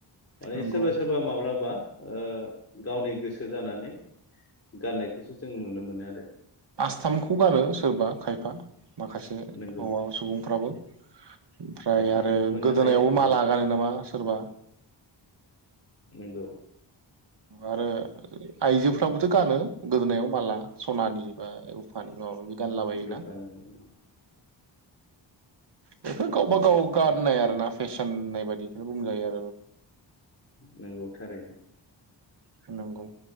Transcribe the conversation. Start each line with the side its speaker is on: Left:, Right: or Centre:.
Left: माने
Right: नंगौ
Left: सोरबा सोरबा माब्लाबा ओ गावनि गोसो सो जानानै गाननायखौसो जों नुनो मोनो आरो।
Right: आसथामखौ गानो सोरबा खायफा माखासे
Left: नोंगौ
Right: हौवा सुबुंफ्राबो। ओमफ्राय
Left: आसथामखौ
Right: आरो
Left: मोननो
Right: गोदोनायावबो
Left: हायो नोंगौ
Right: माला गानो नामा सोरबा?
Left: नोंगौ।
Right: आरो आइजोफ्राबोथ' गानो गोदोनायाव माला सनानि बा रुफानि माबा मादि गानला बायोना।
Left: रुफानि
Right: बेफोर गावबा गाव गाननाय आरो ना फेसन होननायबादिखौनो बुंजायो आर
Left: नंगौ थारैनो।
Right: होनांगौ